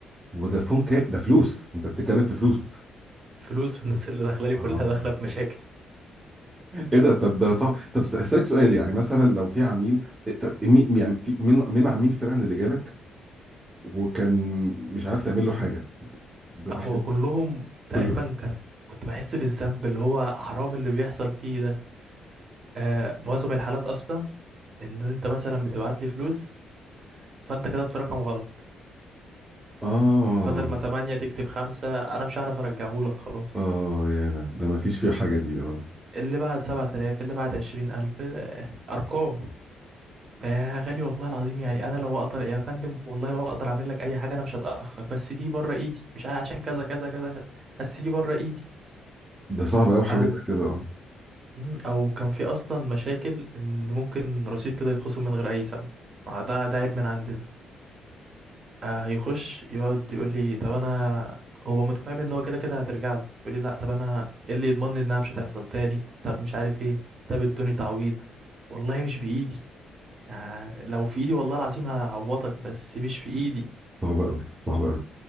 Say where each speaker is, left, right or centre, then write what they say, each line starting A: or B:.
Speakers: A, on the right; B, on the right.
A: ودافون كا ده فلوس انت بتتكلم في فلوس
B: ف- فلوس الناس اللي داخله لي
A: آه.
B: كلها داخله بمشاكل
A: ايه ده طب ده صعب طب س- اسالك سؤال يعني مثلا لو في عميل إيه، طب مي- يعني في من من عميل فعلا اللي جالك وكان مش عارف تعمل له حاجه ده
B: هو
A: بحس
B: كلهم
A: كله
B: تقريبا كان كنت بحس بالذنب اللي هو حرام اللي بيحصل فيه ده آه معظم الحالات اصلا ان انت مثلا بتبعت لي فلوس فانت كتبت رقم غلط
A: اه
B: بدل ما تمانية تكتب خمسة انا مش هعرف ارجعهولك خلاص
A: اه يا انا ده ما فيش فيه حاجه دي اه
B: اللي بعد 7000 اللي بعد 20000 آه، أرقام يا غالي والله العظيم يعني أنا لو أقدر يا فندم والله لو أقدر أعمل لك أي حاجة أنا مش هتأخر بس دي بره إيدي مش عشان كذا كذا كذا بس دي بره إيدي
A: ده صعب قوي حاجه
B: أو
A: زي كده اه
B: مم، أو كان في أصلا مشاكل إن ممكن رصيد كده يتخصم من غير أي سبب آه، ده ده عيب من عندنا آه، هيخش يقعد يقول لي طب أنا هو متفاهم إن هو كده كده هترجع له يقول لي لأ طب أنا إيه اللي يضمنني إنها مش هتحصل تاني طب مش عارف إيه طب ادوني تعويض والله مش بإيدي يعني لو في ايدي والله العظيم هعوضك بس مش في ايدي
A: صعب قوي صعب قوي